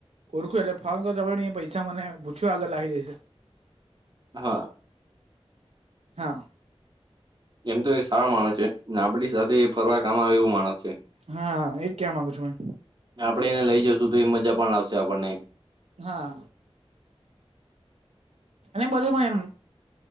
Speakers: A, on the right; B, on the right.
A: ઓળખું એટલે ફોન કર ત એ પૈસા મને પૂછ્યું આગળ લાવી દઈશે
B: હા
A: હા
B: એમ તો એ સારા માણસ છે ને આપડી સાથે એ ફરવા કામ આવે એવું માણસ છે.
A: હા એમ કેવા માંગુ છું મેમ
B: આપણે એને લઈ જશું તો એ મજા પણ લાવશે આપણને
A: હા અને બધું એમ